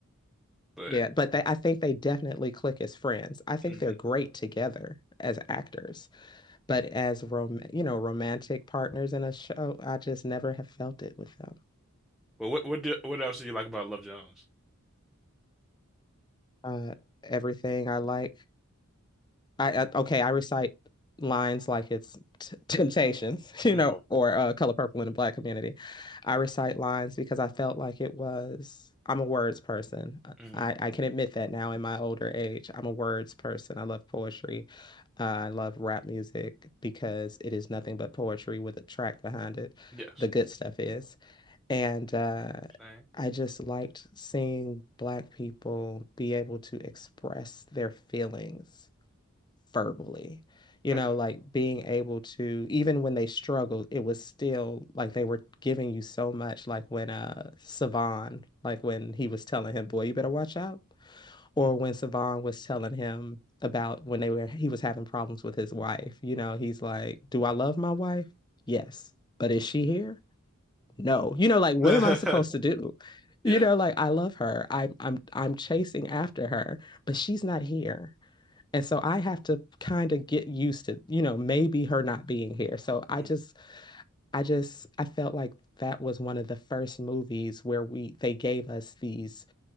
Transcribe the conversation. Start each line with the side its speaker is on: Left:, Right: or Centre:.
Centre: But,
Left: Yeah, but they, I think they definitely click as friends. I think
Centre: mm.
Left: they're great together as actors, but as rom- you know, romantic partners in a show, I just never have felt it with them.
Centre: But what what do, what else do you like about Love Jones?
Left: Uh, everything I like I uh, okay, I recite lines like it's t- Temptations, <laughs> you
Centre: Mm,
Left: know, or uh, Color Purple in the Black community. I recite lines because I felt like it was. I'm a words person.
Centre: mm,
Left: I, I can admit that now in my older age. I'm a words person. I love poetry. Uh, I love rap music because it is nothing but poetry with a track behind it.
Centre: yes.
Left: The good stuff is. And uh,
Centre: Same.
Left: I just liked seeing Black people be able to express their feelings verbally. You
Centre: Okay.
Left: know, like being able to, even when they struggled, it was still like they were giving you so much. Like when uh Savan, like when he was telling him, "Boy, you better watch out," or
Centre: Mm,
Left: when Savan was telling him about when they were he was having problems with his wife. You know, he's like, "Do I love my wife? Yes, but is she here? No." You know, like what
Centre: mm.
Left: am I supposed
Centre: <laughs>
Left: to do? You know,
Centre: Yeah.
Left: like I love her. I'm I'm I'm chasing after her, but she's not here. And so I have to kind of get used to, you know, maybe her not being here. So I
Centre: Mm,
Left: just, I just, I felt like that was one of the first movies where we, they gave us these